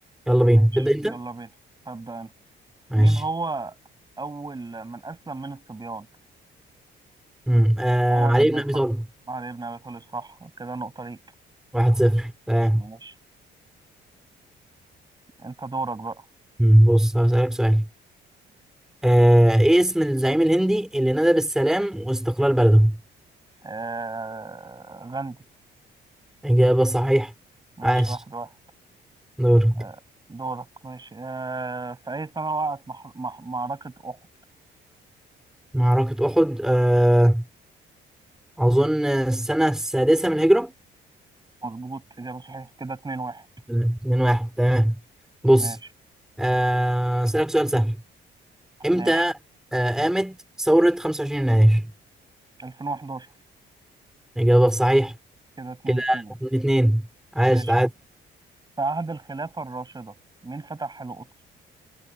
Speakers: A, in the centre; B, on the right (about 20°).
A: يلا بينا
B: ماشي
A: تبدأ انت
B: يلا بينا هبدا انا
A: ماشي
B: مين هو اول من اسلم من الصبيان
A: مم. آه
B: عمر
A: علي
B: بن
A: بن
B: الخطاب
A: ابي طالب
B: علي بن ابي طالب صح كده نقطه ليك
A: واحد صفر تمام
B: ماشي انت دورك بقى
A: مم. بص هسألك سؤال آه ايه اسم الزعيم الهندي اللي نادى بالسلام واستقلال بلده
B: آه غاندي
A: إجابة صحيحة
B: ماشي
A: عاش
B: واحد واحد
A: دورك
B: آه، دورك ماشي آه، في أي سنة وقعت مح... مح... معركة أحد
A: معركة أحد آه أظن السنة السادسة من الهجرة
B: مظبوط إجابة صحيحة كده اتنين واحد
A: اتنين واحد تمام بص
B: ماشي
A: آه أسألك سؤال سهل امتى
B: ماشي
A: آه، قامت ثورة 25 يناير؟
B: 2011
A: الإجابة الصحيحة
B: كده اتنين
A: كده
B: اتنين
A: الاثنين عاش
B: ماشي
A: تعادل
B: في عهد الخلافة الراشدة مين فتح القدس؟